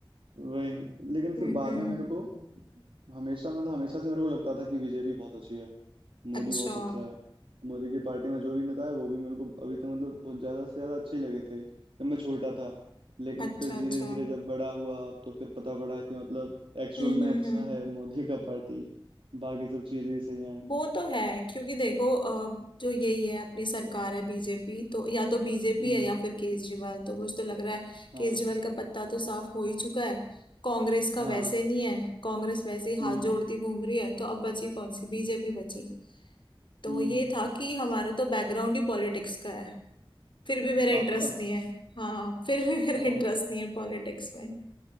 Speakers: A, on the right; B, on the left.
A: वही लेकिन फिर
B: हम्म
A: बाद
B: हम्म
A: में मेरे को हमेशा मतलब हमेशा से मेरे को लगता था कि बीजेपी बहुत अच्छी है मोदी
B: अच्छा
A: बहुत अच्छा है मोदी की पार्टी में जो भी नेता है वो भी मेरे को अभी तक मतलब बहुत ज्यादा से ज्यादा अच्छे ही लगे थे जब मैं छोटा था लेकिन
B: अच्छा
A: फिर
B: अच्छा
A: धीरे धीरे जब बड़ा हुआ तो फिर पता पड़ा कि मतलब एक्चुअल
B: हम्म
A: में
B: हम्म
A: अच्छा
B: हम्म
A: है मोदी का पार्टी बाकी सब चीजें भी सही हैं
B: वो तो है क्योंकि देखो अ, जो यही है अपनी सरकार है बीजेपी तो या तो बीजेपी
A: हम्म
B: है या फिर केजरीवाल तो मुझे तो लग रहा है
A: हाँ
B: केजरीवाल का पत्ता तो साफ हो ही चुका है कांग्रेस का
A: हाँ
B: वैसे नहीं है कांग्रेस वैसे ही हाथ
A: हम्म
B: जोड़ती घूम रही है तो अब बची कौन सी बीजेपी बची तो
A: हम्म
B: ये था कि हमारा तो बैकग्राउंड ही पॉलिटिक्स का है फिर भी मेरा इंटरेस्ट
A: आपका
B: नहीं है हाँ फिर भी मेरा
A: ओ
B: इंटरेस्ट नहीं है पॉलिटिक्स में